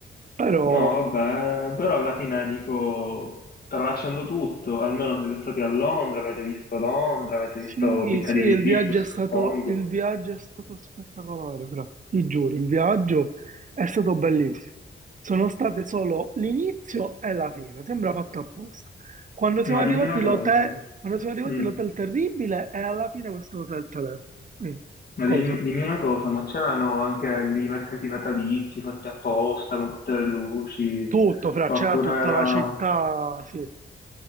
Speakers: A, on the right; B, on the left.
A: Però
B: No, vabbè, però alla fine dico, tralasciando tutto, almeno siete stati a Londra, avete visto Londra, avete
A: Sì,
B: visto Piccadilly
A: sì, il
B: Circus,
A: viaggio è stato,
B: suppongo.
A: il viaggio è stato spettacolare, fra. Ti giuro, il viaggio è stato bellissimo. Sono state solo l'inizio e la fine, sembra fatto apposta. Quando siamo
B: Ma
A: arrivati
B: dimmi una
A: l'hotel,
B: cosa,
A: quando siamo arrivati
B: Mm.
A: l'hotel terribile e alla fine questo hotel telefono. Quindi,
B: Ma
A: cosa?
B: di- dimmi, una cosa, ma c'erano anche lì i mercati natalizi fatti apposta con tutte le luci,
A: Tutto, fra,
B: oppure
A: c'era tutta
B: era...
A: la città, sì,